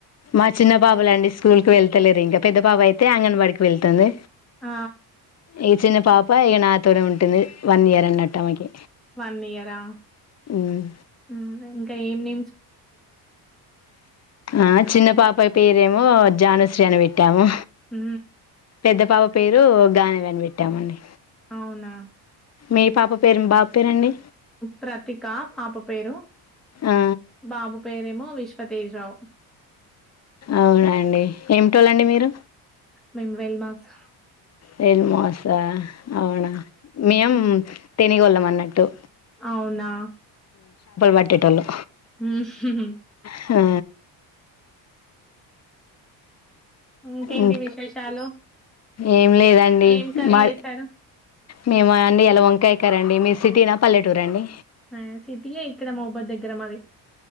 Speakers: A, on the left (about 35°); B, in the centre.
A: మా చిన్న పాపలండి స్కూల్ కి వెళ్తలేరు ఇంకా, పెద్ద పాపైతే అంగన్వాడికి వెళ్తుంది.
B: ఆ
A: ఈ చిన్న పాప ఇగ నా తోనే ఉంటుంది. వన్ ఇయర్ అన్నట్టు ఆమెకి.
B: వన్ ఇయరా,
A: మ్మ్.
B: ఉమ్ ఇంకా ఏం నే
A: ఆ చిన్న పాపాయ్ పేరేమో జానుశ్రీ అని వెట్టాము
B: మ్
A: పెద్ద పాప పేరు గానవి అని బెట్టామండి
B: అవునా
A: మీ పాప పేరు బాబ్ పేరండి
B: ప్రతిక పాప పేరు
A: ఆ,
B: బాబు పేరే మొ విశ్వతేజ్ నో
A: అవునండి ఏమిటోలండి మీరు
B: మేమ్ వెల్ మాస్
A: వెల్ మాసా అవునా మేం
B: హ్మ్
A: తెనిగోల్లం నట్టు
B: అవునా
A: పట్టేటోళ్ళు
B: మ్
A: హా
B: ఇంకేంటి
A: మ్మ్.
B: విశేషాలు
A: ఏం లేదండి
B: ఏం కర్రి
A: మా
B: చేసారు
A: మేమా అండి ఎల వంకాయ కరెండి మీర్ సిటీనా పల్లెటూరాండి
B: ఆ సిటీయే ఇక్కడ మాహ్బద్ దగ్గర మాది